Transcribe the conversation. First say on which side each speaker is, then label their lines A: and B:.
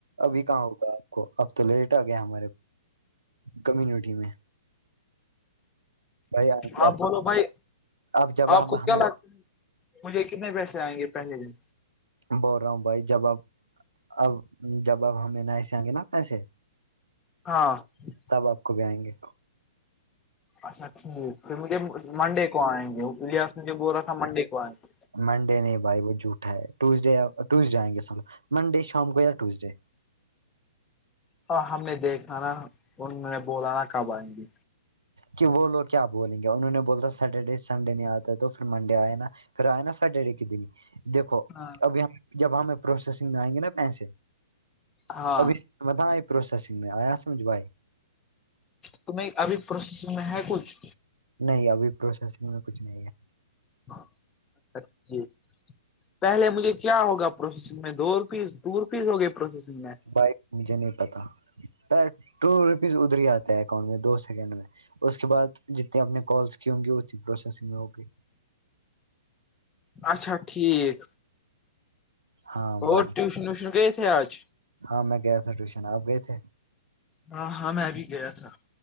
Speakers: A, on the right; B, on the left.
A: ابھی کہاں ہوگا آپ کو اب تو لیٹ آ گیا ہمارے کمیونٹی میں بھائی آئیں گے
B: آپ
A: اب
B: بولو بھائی
A: اب جب
B: آپ کو کیا
A: ہمیں
B: لگتا مجھے کتنے پیسے آئیں گے پہلے کے
A: بول رہا ہوں بھائی جب آپ اب جب اب ہمیں نہ سے آئیں گے نا پیسے
B: ہاں <unintelligible>
A: تب آپ کو بھی آئیں گے
B: اچھاٹھیک پھر مجھے منڈے کو آئیں گے لیاس مجھے بول رہا تھا منڈے کو آئیں گے
A: منڈے نہیں بھائی وہ جھوٹا ہے ٹوزڈے ٹیوزڈے آئیں گے س منڈے شام کو یا ٹیوزڈے
B: اور ہم نے دیکھا نا ان نے بولانا کب آئیں گی
A: کہ وہ لوگ کیا بولیں گے انہ نے بولتا سیٹرڈے سنڈے نہیں آتا تو پھر منڈے آئے نا پھر آئے نا ساھے آے ایک دنی دیکھو
B: ہاں
A: جب ہمیں پروسیسنگ میں آئیں گے نا پیسے
B: ہاں
A: ابھی باں آئی پروسسگ میں آیا سمجو
B: تو نہیں ابھی پروس میں ہے کچھ
A: نہیں ابھی پروسیسنگ میں کچھ نہیں ہے
B: ہ اچا ٹھیک پہلے مجھے کیا ہوگا پروسیسنگ میں دو روپیس دو روپیس ہو گئی پروسیسنگ میں
A: بائک مجھے نہیں پتا ٹو روپیز ادھر ہی آتا ہے اکاؤنٹ میں دو سیکنڈ میں اس کے بعد جتنے اپنے کالس کی ہوں گی اتنی پروسیسنگ میں ہوگی
B: اچھا ٹھیک
A: ہاں
B: اور
A: بھائی
B: ٹیوشن ویوشن گئے تھے آج
A: ہاں میں گیا تھا ٹیوشن آپ گئے تھ
B: ہاں ہاں میںبھی گیا تھا